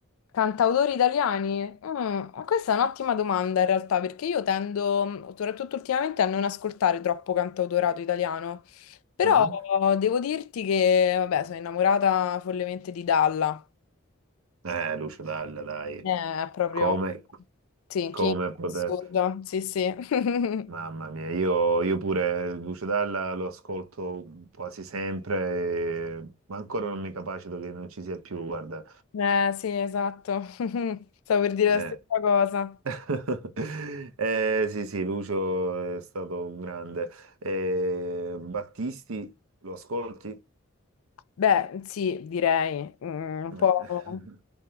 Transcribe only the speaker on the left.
Cantautori italiani? Mm, ma questa è un'ottima domanda in realtà, perché io tendo, soprattutto ultimamente, a non ascoltare troppo cantautorato italiano. Però
devo dirti che, vabbè, sono innamorata follemente di Dalla.
Eh, È proprio...
Sì,
King
assurdo. Sì, sì. <laughs>
Eh, sì, esatto. <laughs> Stavo per dire
la stessa cosa.
Beh, sì, direi, mm, un
po'...